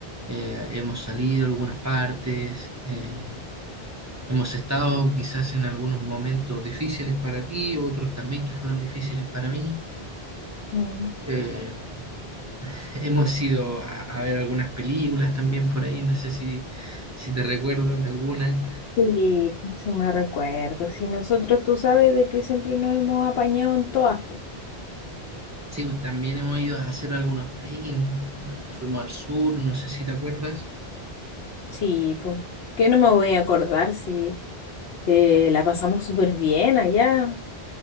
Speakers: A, on the right; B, on the left.
A: eh, hemos salido a algunas partes, eh, hemos estado quizás en algunos momentos difíciles para ti, otros también que fueron difíciles para mí.
B: Mm,
A: Eh, <laughs> hemos ido a, a ver algunas películas también por ahí, no sé si, si te recuerdas de alguna.
B: Sí, sí me recuerdo. Si nosotros, tú sabes de que siempre nos hemos apañado en todas, po.
A: Sí, pues, también hemos ido a hacer algunos trekking, eh, fuimos al sur, no sé si te acuerdas.
B: Sí, pues. Que no me voy a acordar si... Eh, la pasamos súper bien allá,